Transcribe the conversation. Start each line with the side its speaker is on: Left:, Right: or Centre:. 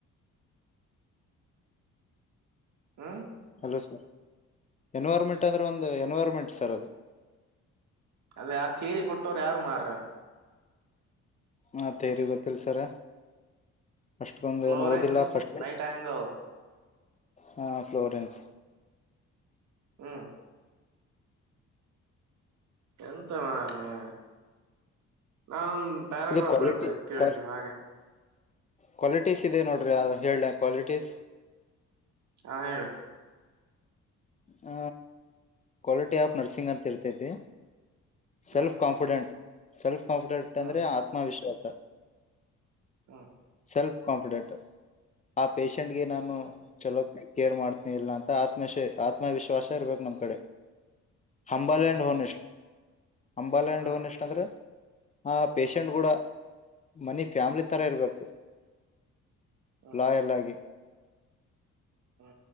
Right: ಹಾ
Left: ಹಲೋ ಸರ್ ಎನ್ವರಮೆಂಟ್ ಅಂದ್ರೆ ಒಂದು ಎನ್ವರಮೆಂಟ್ ಸರ್ ಅದು
Right: ಅದೇ ಆ ಥೇರಿ ಕೊಟ್ಟೋರು ಯಾರು ಮಾರ್ರ
Left: ಹಾ ತೇರಿ ಗೊತ್ತಿಲ್ಲ ಸರ್ ಅಸ್ಗೊಂದ
Right: ಫ್ಲೋರೆನ್ಸ್
Left: ಏನು ಓದಿಲ್ಲ ಫಸ್ಟ್
Right: ನೈಟ್ ಆಂಗಲ್
Left: ಹಾ ಫ್ಲೋರೆನ್ಸ್
Right: ಹಾ ಎಂತ ಮಾರರೆ ನಾನೊಂದ್ ಪ್ಯಾರಾಗ್ರಾಫ್
Left: ಇದು ಕ್ವಾಲಿಟಿ
Right: ಹೇಳ್ತಾ ಕೇಳಿ
Left: ಕ್ವಾ
Right: ನೀವ ಹಾಗೆ
Left: ಕ್ವಾಲಿಟೀಸ್ ಇದೆ ನೋಡ್ರರಿ ಹೇಳಲೇ ಕ್ವಾಲಿಟೀಸ್
Right: ಹಾ ಹೇಳಿ
Left: ಹ ಕ್ವಾಲಿಟಿ ಆಫ್ ನರ್ಸಿಂಗ್ ಅಂತ ಇರ್ತೈತಿ. Self
Right: hmm
Left: confident self confident
Right: hmm
Left: ಅಂದ್ರೆ ಆತ್ಮವಿಶ್ವಾಸ.
Right: ಹಾ
Left: ಸೆಲ್ಫ್ ಕಾನ್ಫಿಡೆಂಟ್ ಆ ಪೇಶಂಟ್ಗೆ ನಾನು.
Right: ಹ್ಮ್
Left: ಚಲೋ ಕೇರ್ ಮಾಡ್ತೀನಿ ಇಲ್ಲ ಅಂತ ಆತ್ಮಶ ಆತ್ಮವಿಶ್ವಾಶ ಇರ್ಬೇಕು ನಮ್ ಕಡೆ. ಹಂಬಲ್ಯಂಡ್
Right: ಹ್ಮ್
Left: ಹೋನ್ ಎಷ್ಟ್ ಹಂಬಲ್ಯಂಡ್
Right: ಹ್ಮ್
Left: ಹೋನ್ ಎಷ್ಟ್ ಅಂದ್ರೆ. ಅ ಪಷೆಂಟ್ ಕೂಡ ಮನಿ ಫ್ಯಾಮಿಲಿ ತರ ಇರಬೇಕು.
Right: ಹ್ಮ್
Left: ಲಾಯಲ್
Right: ಹ್ಮ್
Left: ಆಗಿ.
Right: ಹ್ಮ